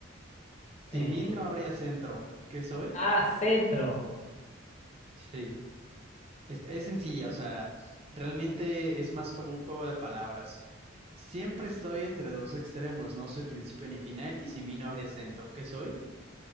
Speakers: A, on the right; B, on the left.
A: Sin
B: Eh,
A: mí no habría centro. ¿Qué soy?
B: ah, centro.
A: Sí, es, es sencilla, o sea, realmente es más como un juego de palabras. Siempre estoy entre dos extremos, no soy principio ni final, y sin mí no habría centro. ¿Qué soy?